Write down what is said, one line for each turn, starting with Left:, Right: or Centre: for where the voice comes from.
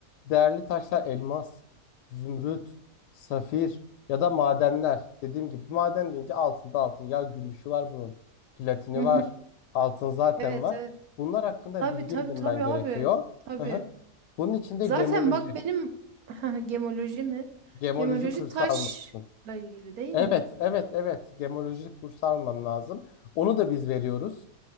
Left: Değerli taşlar elmas, zümrüt, safir. Ya da madenler. Dediğim gibi maden deyince altında altın. Ya gümüşü var bunun. Platini
Right: Hı
Left: var.
Right: hı.
Left: Altın zaten
Right: Evet,
Left: var.
Right: evet.
Left: Bunlar hakkında
Right: Tabii
Left: bilgi
Right: tabii
Left: edinmen
Right: tabii
Left: gerekiyor.
Right: abi. Tabii.
Left: Hı hı. Bunun için de
Right: Zaten
Left: gemoloji.
Right: bak benim <laughs> gemoloji mi?
Left: Gemoloji
Right: Gemoloji
Left: kursu
Right: taşla
Left: almalısın.
Right: ilgili değil
Left: Evet,
Right: mi?
Left: evet, evet. Gemoloji kursu alman lazım. Onu da biz veriyoruz.